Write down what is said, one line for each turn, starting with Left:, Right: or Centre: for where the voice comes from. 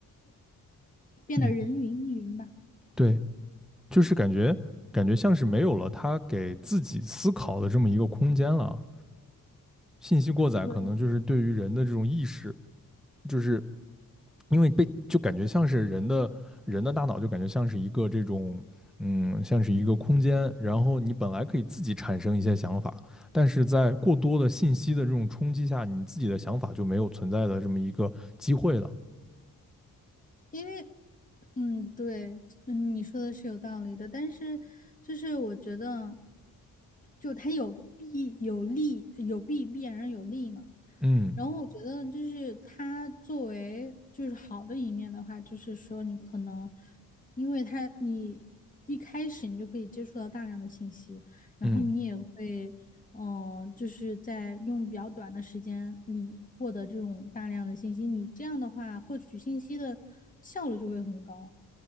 Left: 变得人云亦云吧。
Centre: 嗯，对，就是感觉感觉像是没有了他给自己思考的这么一个空间了。信息过载可能就是对于人的这种意识，
Left: 对，
Centre: 就是因为被就感觉像是人的人的大脑就感觉像是一个这种嗯，像是一个空间，然后你本来可以自己产生一些想法，但是在过多的信息的这种冲击下，你自己的想法就没有存在的这么一个机会了。
Left: 因为，嗯，对，嗯，你说的是有道理的，但是就是我觉得，就它有弊有利，有弊必然有利嘛。
Centre: 嗯
Left: 然后我觉得就是它作为就是好的一面的话，就是说你可能因为它你一开始你就可以接触到大量的信息，然后你也会，
Centre: 嗯，
Left: 嗯、就是在用比较短的时间里获得这种大量的信息，你这样的话获取信息的效率就会很高。